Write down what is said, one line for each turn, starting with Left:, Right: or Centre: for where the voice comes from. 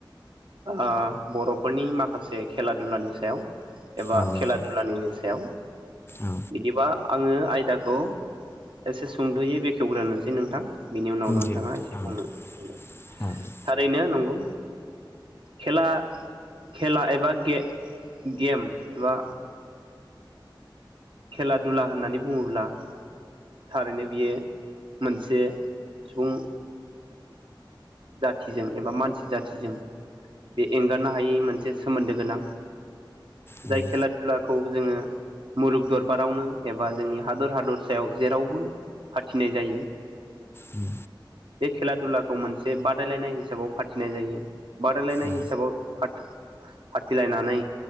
Right: ओ बर'फोरनि माखासे खेला दुलानि सायाव एबा
Left: औ
Right: खेला
Left: नोंथां
Right: दुलानिनो सायाव
Left: औ
Right: बिदिबा आङो दाखौ एसे सुंद'यै बेखेवग्रोनोसै नोंथां। बिनि उनाव नोंथाङा
Left: दे नोंथां
Right: एसे बुंनो
Left: औ नोंथां
Right: बुंदो।
Left: औ दे
Right: थारैनो नंगौ खेला खेला एबा गे गेम एबा खेला दुला होननानै बुङोब्ला थारैनो बियो मोनसे सुबुं जाथिजों एबा मानसि जाथिजों बे एंगारनो हायै मोनसे सोमोन्दो गोनां।
Left: उम
Right: जाय खेला दधुलाखौ जोङो मुलुग दरबारावनो एबा जोंनि हादर हादरसायाव जेरावबो फाथिनाय जायो
Left: उम
Right: बे खेला दुलाखौ मोनसे से बादायलायनाय हिसाबाव फाथिनाय जायो बादायलायनाय
Left: औ
Right: हिसाबाव फाथिलायनानै